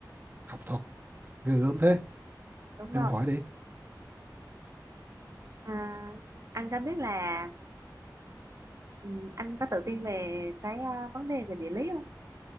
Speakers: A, on the right; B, on the right.
A: học thuật ghê gớm thế
B: đúng
A: em
B: rồi
A: hỏi đi
B: à, anh có biết là ừ, anh có tự tin về cái ờ, vấn đề về địa lý không